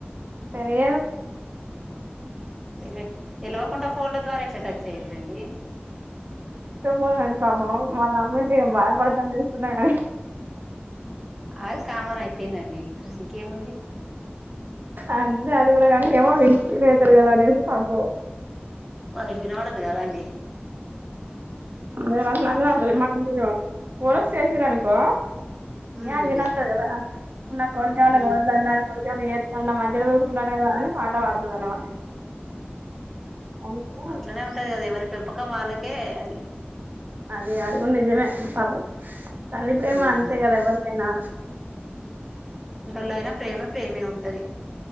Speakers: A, on the right (about 50°); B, in the centre.
A: తెలియదు
B: తెలి తెలివకుండా ఫోన్ల ద్వారా ఎట్లా టచ్ అయ్యందండి
A: పోండి పాపం మాళ్ అమ్మంటిేం భాయపడతాని చూసుకున్నా కానీ
B: అది కామన్ అయిపోయిందండి ఇంకా ఇంకేముంది
A: అంతే అది కూడా కానీ ఏమో ఇంంటి తినితాడు కదా అనేసి పప
B: వాళ్ళకి వినపడదు కదా అండి
A: న కుర చేేసనుకో
B: ఉమ్
A: అల్వి నాతదవా ఉ నా కొడుకవనే
B: ఉహు
A: కొందాన్నా కొడుక తనని మంచిగా చూసుకుంటాడు కదా అని పాట పాడుతుంది అన్నమాట అందుకనే
B: అట్లనే ఉంటది కదా మరి పెంపకం వాళ్ళకే అది
A: అది యకు నిజమే పాపం తల్లి ప్రేమ
B: ఉమ్
A: అంతే కదా ఎవరికైనా
B: ల అయినా ప్రేమ ప్రేమే ఉంటది